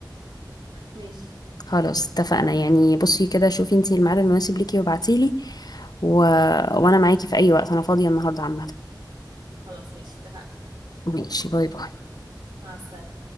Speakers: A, on the right; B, on the left.
A: ماشي
B: خلاص اتفقنا يعني بصي كده شوفي انتي الميعاد المناسب ليكي وابعتيلي و... وانا معاكي في اي وقت انا فاضية النهاردة عامة
A: خلاص ماشي اتفقنا
B: ماشي باي باي
A: مع السلامة